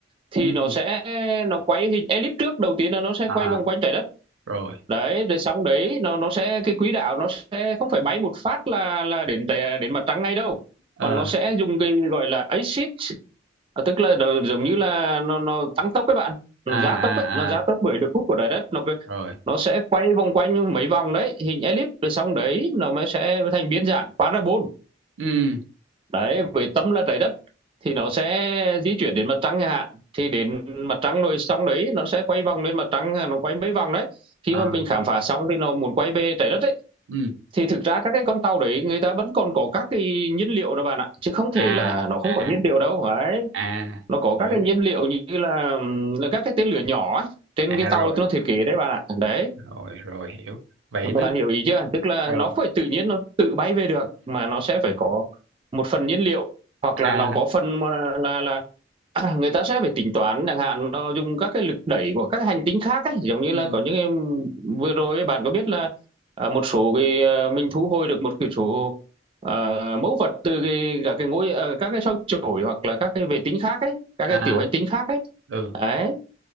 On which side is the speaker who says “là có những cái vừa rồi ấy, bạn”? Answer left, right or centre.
Right